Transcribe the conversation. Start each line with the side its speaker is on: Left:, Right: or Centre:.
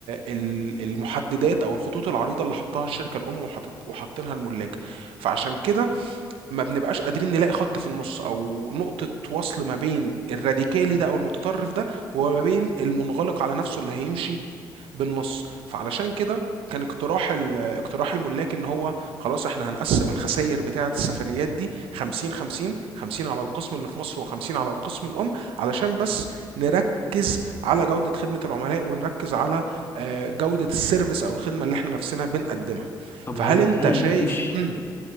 Right: ال- المحددات او الخطوط العريضه اللي حطها الشركه الام وحط... وحاطينها الملاك فعشان كده ما بنبقاش قادرين نلاقي خط في النص او نقطة وصل ما بين الراديكالي ده او المتطرف ده وما بين المنغلق على نفسه اللي هيمشي بالنص فعلشان كده كان اقتراح ال- اقتراح الملاك ان هو خلاص احنا هنقسم الخسائر بتاعة السفريات دي 50 50 50 على القسم اللي في مصر و50 على القسم الام علشان بس نركز على جودة خدمة العملاء ونركز على آه، جودة السيرفيس او الخدمة اللي احنا نفسنا بنقدمها
Left: طب
Right: فهل
Left: هو
Right: انت
Left: هل
Right: شايف
Left: مفيش
Right: امم